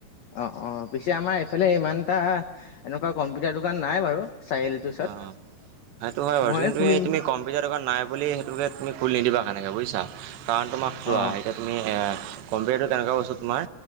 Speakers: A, on the left (about 80°); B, on the right (about 85°).
A: অ অ পিছে আমাৰ এইফালে ইমান এতিয়া এনেকুৱা কম্পিউটাৰ দোকান নাই বাৰু। চাৰিআলিটোৰ ওচৰত
B: অ সেইটো হয় বাৰু
A: ময়ে
B: কিন্তু
A: খুলিম
B: এই তুমি কম্পিউটাৰ দোকান নাই বুলি সেইটো ঠাইত তুমি খুলি নিদিবা সেনেকৈ বুজিছা কাৰণ তোমাক চোৱা
A: অ
B: এতিয়া তুমি আ কম্পিটাৰটো কেনেকুৱা বস্তু তোমাৰ